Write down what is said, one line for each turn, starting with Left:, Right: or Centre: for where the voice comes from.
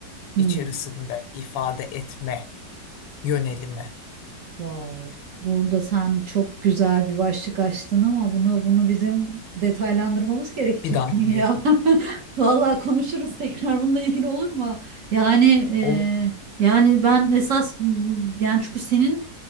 Right: Hmm.
Left: içerisinde ifade etme yönelimi.
Right: Wow. Burada sen çok güzel bir başlık açtın ama bunu bunu bizim detaylandırmamız gerekecek
Left: Bir dahakine
Right: dünya.
Left: yapalım.
Right: <laughs> Vallahi konuşuruz tekrar bununla ilgili olur mu? Yani e,
Left: Olur.
Right: yani ben esas m, yani çünkü senin